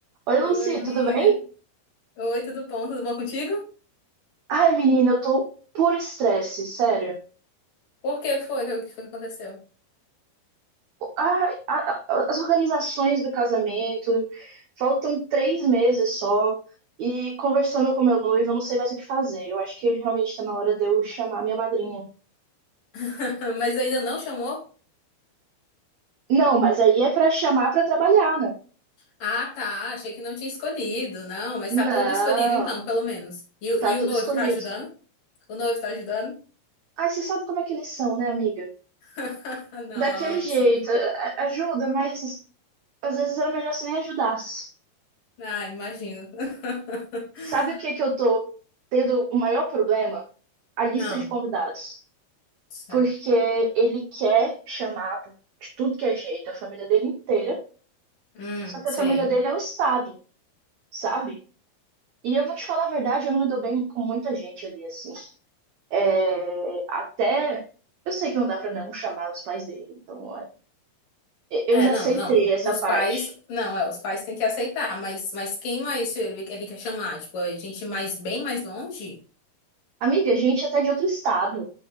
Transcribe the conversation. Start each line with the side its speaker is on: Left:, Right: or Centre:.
Right: Oi,
Left: Oi,
Right: Lucy,
Left: amiga.
Right: tudo bem?
Left: Oi, tudo bom? Tudo bom contigo?
Right: Ai, menina, eu tô por estresse, sério.
Left: Por que foi? O que foi que aconteceu?
Right: A- a- a- as organizações do casamento, faltam três meses só, e conversando com meu noivo, eu não sei mais o que fazer. Eu acho que realmente tá na hora de eu chamar minha madrinha.
Left: <laughs> Mas ainda não chamou?
Right: Não, mas aí é pra chamar pra trabalhar, né?
Left: Ah, tá. Achei que não tinha escolhido. Não, mas tá
Right: Não,
Left: tudo escolhido então, pelo menos. E, o-
Right: tá
Left: e
Right: tudo
Left: o noivo
Right: escolhido.
Left: tá ajudando? O noivo tá ajudando?
Right: Ai, você sabe como é que eles são, né, amiga?
Left: <laughs> Nossa.
Right: Daquele jeito, a- a- ajuda, mas às vezes era melhor você nem ajudasse.
Left: Ah, imagino. <laughs>
Right: Sabe o que que eu tô tendo o maior problema? A lista
Left: Não,
Right: de convidados.
Left: certo.
Right: Porque ele quer chamar de tudo que é jeito a família dele inteira,
Left: Hum,
Right: só que
Left: sei.
Right: a família dele é o Estado, sabe? E eu vou te falar a verdade, eu não me dou bem com muita gente ali, assim. É, até. Eu sei que não dá pra não chamar os pais dele, então é, eu
Left: É,
Right: já
Left: não,
Right: aceitei
Left: não.
Right: essa
Left: Os
Right: parte.
Left: pais, não, é, os pais têm que aceitar, mas, mas quem mais ele, ele quer chamar? Tipo, a gente mais bem mais longe?
Right: Amiga, gente até de outro estado.